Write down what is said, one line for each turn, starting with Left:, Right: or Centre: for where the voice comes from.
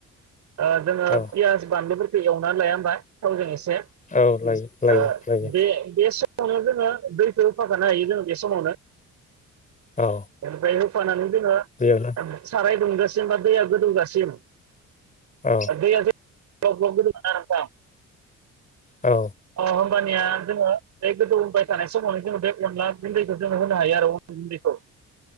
Right: ओ जोङो
Left: औ
Right: पियास बानलुफोर खौ एवनानै लाया होमबा थावजों एसे सेनो
Left: औ लायो लायो
Right: ओ
Left: लायो
Right: बे बे सो संनायाव जोङो दैखो होफाखानो हायो जोङो बे समावनो
Left: औ
Right: ओमफ्राय फानानै जोङो
Left: बेयावनो
Right: साराय दुंजासिम बा दैया गोदौ जासिम
Left: औ
Right: दैया जे ग्लब ग्लब गोदौवो ना नोंथां
Left: औ।
Right: अ होमबानिया जोङो बे गोदौबाय थानाय समावनो जोङो बे अनला गुन्दैखौ जों होनो हायो आरो अन गुन्दैखौ।